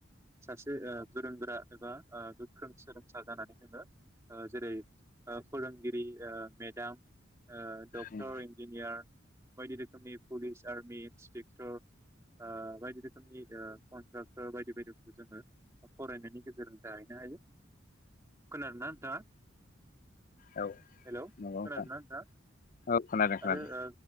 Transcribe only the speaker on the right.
सासे ओ गोरों गोरा एबा ओ गोख्रों सोलोंसा जानानै जोङो ओ जेरै ओ फोरोंगिरि ओ मेडाम ओ डक्टर
इन्जिनियार बायदि रोखोमनि पुलिस आर्मि इन्सपेक्टर ओ बायदि रोखोमनि ओ कन्ट्राक्टर बायदि बायदिफोरखौ जोङो फरायनायनि गेजेरजों जाहैनो हायो। खोनादों ना नोंथाङा?
हेल' खोनादों
ना नोंथाङा
आरो ओ